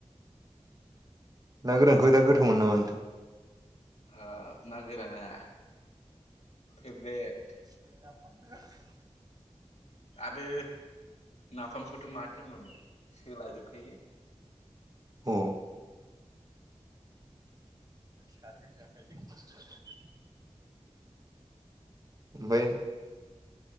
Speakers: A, on the right; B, on the left.
A: ना गोरानखौ दा गोथावमोनो नामा नोंथांआ।
B: हाब ना गोराना फेभरेट।
A: <inaudible>
B: आरो। नाफामखौथ माथो होनबावनो सोला जोबखायो।
A: औ। सारहो जाखायो। बै।